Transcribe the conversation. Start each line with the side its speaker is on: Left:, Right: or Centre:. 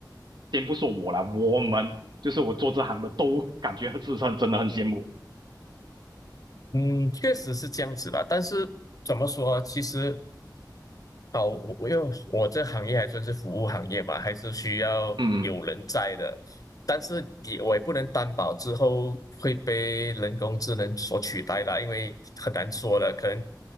Right: 先不说我了，我们就是我做这行的都感觉自身真的很羡慕。
Left: 嗯，确实是这样子啦。但是怎么说啊，其实哦，我我又我这行业还算是服务行业吧，还是需要有人在的。
Right: 嗯
Left: 但是也我也不能担保之后会被人工智能所取代啦，因为很难说的。可能